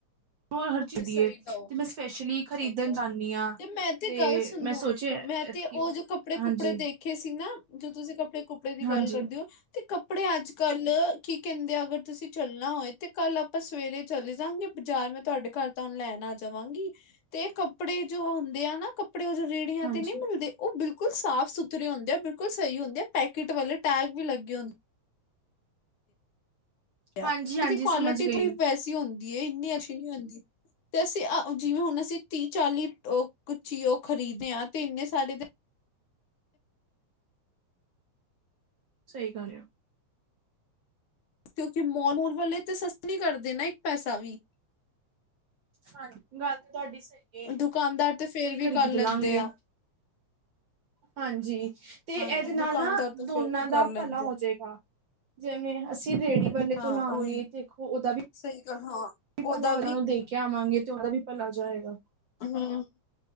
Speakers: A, on the right; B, on the left.
A: ਹੋਰ ਹਰ ਚੀਜ਼
B: ਤੇ
A: ਦੀ
B: ਸਹੀ
A: ਏ
B: ਦੋ
A: ਤੇ ਮੈਂ ਸਪੈਸ਼ਲੀ ਖਰੀਦਣ
B: ਸਹੀ
A: ਜਾਂਦੀ ਹਾਂ।
B: ਤੇ ਮੈਂ ਤੇ ਗੱਲ ਸੁਣੋ
A: ਮੈਂ ਸੋਚਿਆ
B: ਮੈਂ
A: ਐਤਕੀ
B: ਤੇ ਉਹ
A: ਹਾਂਜੀ,
B: ਜੋ ਕੱਪੜੇ ਕੁਪੜੇ ਦੇਖੇ ਸੀ ਨਾ ਜੋ ਤੁਸੀਂ ਕੱਪੜੇ ਕੁੱਪੜੇ ਦੀ
A: ਹਾਂਜੀ,
B: ਗੱਲ ਕਰਦੇ ਹੋ। ਤੇ ਕੱਪੜੇ ਅੱਜ ਕੱਲ ਕੀ ਕਹਿੰਦੇ ਆ ਅਗਰ ਤੁਸੀਂ ਚੱਲਣਾ ਹੋਏ ਤੇ ਕੱਲ ਆਪਾਂ ਸਵੇਰੇ ਚਲੇ ਜਾਵਗੇ ਬਾਜ਼ਾਰ ਮੈਂ ਤੁਹਾਡੇ ਘਰ ਤਾਂ ਉਹਨੂੰ ਲੈਣਾ ਚਵਾਂਗੀ ਤੇ ਕੱਪੜੇ ਜੋ ਹੁੰਦੇ ਆ ਨਾ ਕਪੜੇ ਆਪਣੇ ਰੇੜੀਆ
A: ਹਾਂਜੀ,
B: ਤੇ ਨਹੀਂ ਮਿਲਦੇ ਉਹ ਬਿਲਕੁਲ ਸਾਫ ਸੁਥਰੇ ਹੁੰਦੇ ਆ ਬਿਲਕੁਲ ਸਹੀ ਹੁੰਦੇ ਆ ਪੈਕਟ ਵਾਲੇ ਟੈਗ ਵੀ ਲਗੇ ਹੁੰਦੇ। ਇਹਦੀ
A: ਹਾਂਜੀ, ਹਾਂਜੀ
B: ਕੁਆਲਿਟੀ
A: ਸਮਝ ਗਈ
B: ਥੜੀ ਵੈਸੀ ਹੁੰਦੀ ਏ ਇੰਨੀ ਅੱਛੀ ਹੁੰਦੀ ਤੇ ਅਸੀਂ ਜਿਵੇਂ ਹੁਣ ਅਸੀਂ ਤੀਹ ਚਾਲੀ ਚੀ ਓ ਖ਼ਰੀਦਦੇ ਹਾਂ ਤੇ ਇੰਨੇ ਸਾਰੇ ਦੇ
A: ਸਹੀ ਗੱਲ ਆ।
B: ਕਿਉਂਕਿ ਮਾਲ ਮੌਲ ਵਾਲੇ ਤੇ ਸਸਤੇ ਨੀ ਕਰਦੇ ਨਾ ਇੱਕ ਪੈਸਾ ਵੀ
A: ਹਾਂਜੀ। ਗੱਲ ਤਾ ਤੁਹਾਡੀ ਸਹੀ ਐ।
B: ਦੁਕਾਨਦਾਰ ਤੇ ਫੇਰ ਵੀ
A: ਖ਼ਰੀਦ
B: ਕਰ ਲੈਂਦੇ
A: ਲਾਂਗੇ
B: ਆ
A: ਹਾਂਜੀ ਤੇ
B: ਹਾਂਜੀ
A: ਇਹਦੇ ਨਾਲ
B: ਦੁਕਾਨਦਾਰ
A: ਨਾ
B: ਤਾਂ
A: ਦੋਨਾਂ
B: ਫੇਰ ਵੀ
A: ਦਾ
B: ਕਰ ਲੈਂਦੇ
A: ਭਲਾ ਹੋਜਏਗਾ
B: ਆ।
A: ਜਿਵੇਂ ਅਸੀਂ ਰੇਹੜੀ ਵਾਲੇ
B: ਹਾਂ
A: ਤੋਂ ਲਾਵਗੇ
B: ਉਹੀ
A: ਦੇਖੋ ਉਹਦਾ ਵੀ
B: ਸਹੀ ਗੱਲ ਹਾਂ
A: ਵੀ
B: ਉਹਦਾ
A: ਭਲਾ ਉਹਨਾ ਨੂੰ ਦੇ ਕੇ ਆਵਾਂਗੇ ਤੇ ਉਹਦਾ ਵੀ ਭਲਾ ਜਾਏਗਾ।
B: ਹਾਂ